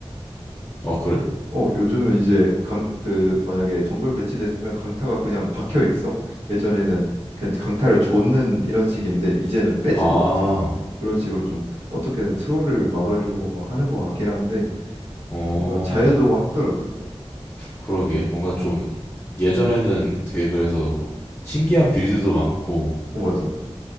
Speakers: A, on the left (about 20°); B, on the right (about 90°).
A: 어, 그래?
B: 어 요즘은 이제 강 그 만약에 정글 배치됐으면 강타가 그냥 박혀 있어. 예전에는 그냥 강타를 줬는 이런 식인데 이제는 빼지도
A: 아,
B: 못해. 그런 식으로 좀 어떻게든 트롤을 막으려고 막 하는 것 같긴 한데
A: 어,
B: 뭔가 자유도가 확 떨어졌어.
A: 그러게. 뭔가 좀
B: 어,
A: 예전에는 되게 그래서 신기한 빌드도 많고
B: 어 맞아 맞아.